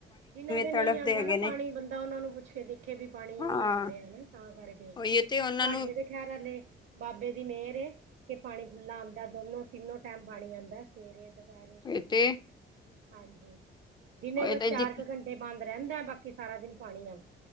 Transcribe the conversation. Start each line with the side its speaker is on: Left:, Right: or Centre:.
Right: ਜਿਨਾਂ ਦੇ
Left: ਤੜਫਦੇ
Right: ਨਹੀਂ ਆਉਂਦਾ
Left: ਹੈਗੇ
Right: ਨਾ
Left: ਨੇ
Right: ਪਾਣੀ ਬੰਦਾ ਉਹਨਾ ਨੂੰ ਪੁੱਛ ਕੇ ਦੇਖੇ ਵੀ ਪਾਣੀ
Left: ਹਾਂ
Right: ਨਹੀਂ ਆ ਰਿਹਾ ਹਨਾ ਤਾਂ ਕਰਕੇ,
Left: ਉਹੀ ਤੇ ਉਹਨਾਂ
Right: ਸਾਡੇ
Left: ਨੂੰ
Right: ਤੇ ਖਹਿਰੇ ਬਾਬੇ ਦੀ ਮਿਹਰ ਏ ਕਿ ਪਾਣੀ ਖੁੱਲਾ ਆਂਦਾ ਦੋਨੋ ਤਿੰਨੋ ਟਾਈਮ ਪਾਣੀ ਆਂਦਾ ਸਵੇਰੇ, ਦੁਪਹਿਰੇ, ਸ਼ਾਮੀ
Left: ਇਹ ਤੇ
Right: ਹਾਂਜੀ। ਦਿਨੇ
Left: ਇਹ
Right: ਬਸ
Left: ਤੇ
Right: ਚਾਰ
Left: ਜਿ-
Right: ਕੁ ਘੰਟੇ ਬੰਦ ਰਹਿੰਦਾ, ਬਾਕੀ ਸਾਰਾ ਦਿਨ ਪਾਣੀ ਆਉਂਦਾ